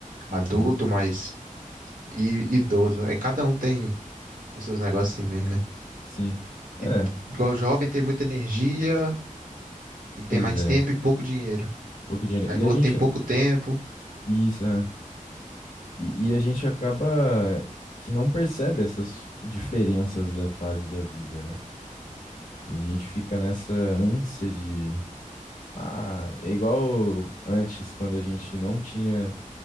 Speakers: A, on the left (about 65°); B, on the right (about 75°).
A: uhum,
B: Adulto, mas e idoso. Aí cada um tem, tem seus negócios assim mesmo, né?
A: sim. É,
B: E- igual jovem tem muita energia e tem
A: pois
B: mais
A: é.
B: tempo e pouco dinheiro.
A: Pouco dinheiro.
B: Aí
A: E
B: no
A: a
B: outro
A: gente.
B: tem pouco tempo.
A: Isso, é. E, e a gente acaba que não percebe essas diferenças da fase da vida, né? E a gente fica nessa ânsia de. Ah, é igual antes, quando a gente não tinha